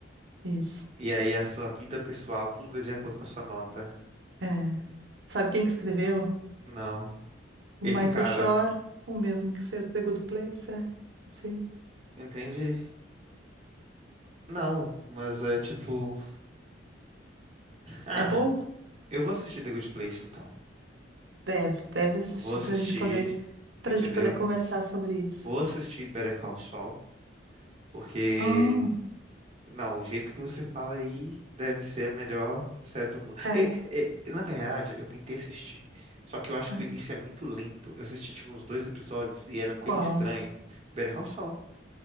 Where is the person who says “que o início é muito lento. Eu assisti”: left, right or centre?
Right